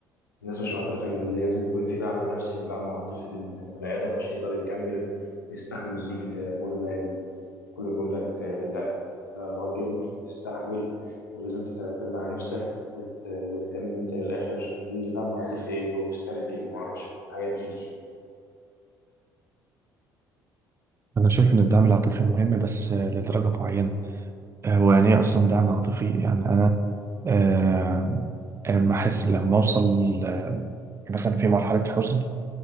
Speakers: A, on the left; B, on the right.
A: الناس مش معترفة إن لازم يكون في دعم نفسي ودعم عاطفي للبني آدم عشان يقدر يكمل ويستحمل الظروف اللي يمر بيها دي كله بيقول لك آه، لا آه، راجل تستحمل ولازم تعتمد على نفسك وت- وتكمل أنت للآخر اللي دعم عاطفي إيه واسترجل ومعرفش الحاجات دي
B: أنا شايف إن الدعم العاطفي مهم بس آه، لدرجة معينة آه، هو يعني إيه أصلا دعم عاطفي؟ يعني أنا آه، أنا لما أحس لما أوصل آه، مثلا في مرحلة حزن